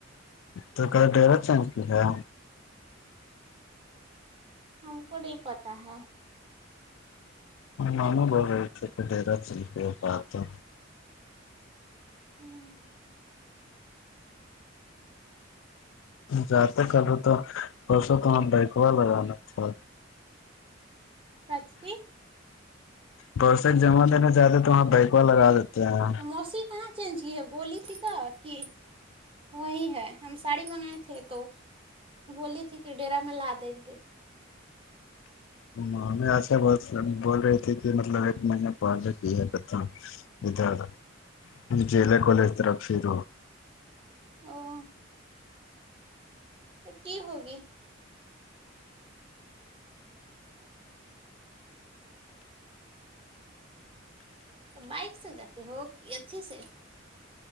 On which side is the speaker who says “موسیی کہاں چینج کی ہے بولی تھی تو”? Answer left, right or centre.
Right